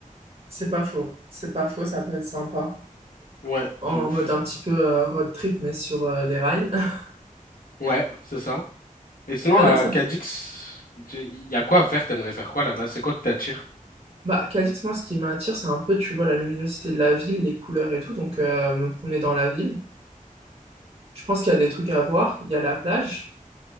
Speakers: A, on the right; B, on the left.
A: c'est pas faux. C'est pas faux, ça peut être sympa.
B: Ouais,
A: en
B: de ouf.
A: mode un petit peu euh, road trip, mais sur euh, les rails. <laughs>
B: Ouais, c'est ça. Et sinon,
A: Bah
B: à
A: non, ça,
B: Cadix, il te- il y a quoi à faire? T'aimerais faire quoi là-bas? C'est quoi que t'attires?
A: bah, Cadix, moi, ce qui m'attire, c'est un peu, tu vois, la luminosité de la ville, les couleurs et tout. Donc, euh, me promener dans la ville. Je pense qu'il y a des trucs à voir. Il y a la plage.